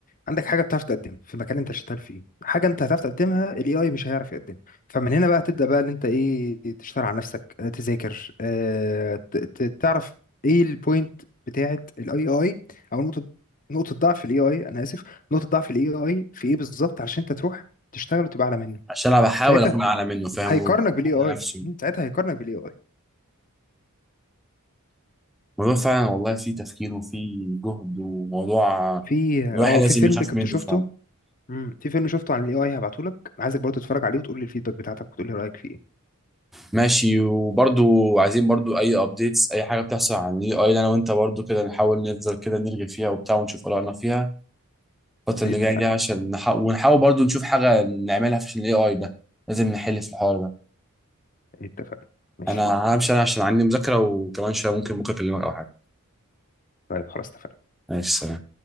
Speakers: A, on the left; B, in the centre.
A: عندك حاجه بتعرف تقدمها في مكان انت شغال فيه حاجه انت هتعرف تقدمها الاي اي مش هيعرف يقدمها فمن هنا بقى تبدا بقى ان انت ايه تشتغل على نفسك آه، تذاكر آه، ت- ت- تعرف ايه البوينت بتاعت الاي اي او نقطه نقطه ضعف الاي اي انا اسف نقطه ضعف الاي اي في ايه بالظبط علشان انت تروح تشتغل وتبقى اعلى منه
B: عشان انا بحاول
A: ساعتها
B: اكون اعلى منه فاهم
A: هيقارنك
B: واقنع
A: بالاي اي
B: نفسي
A: ساعتها هيقارنك بالاي اي
B: الموضوع فعلا والله فيه تفكير وفيه جهد وموضوع
A: في اه
B: الواحد
A: في
B: لازم
A: فيلم
B: يخاف
A: كنت
B: منه
A: شفته
B: فعلا
A: مم، في فيلم شفته عن الاي اي هبعته لك عايزك برضه تتفرج عليه وتقول لي الفيدباك بتاعتك وتقول لي رايك فيه
B: ماشي وبرضو عايزين برضو اي ابديتس اي حاجه بتحصل عن الاي اي انا وانت برضو كده نحاول نفضل كده نرغي فيها وبتاع ونشوف ارائنا فيها الفتره
A: ايه
B: اللي
A: اتفقنا
B: جايه دي عشان نح... ونحاول برضو نشوف حاجه نعملها في الاي اي ده لازم نحل في الحوار ده
A: اتفقنا ماشي
B: انا همشي انا عشان عندي مذاكرة وكمان شوية ممكن بكرة اكلمك او حاجة
A: طيب خلاص اتفقنا
B: ماشي سلام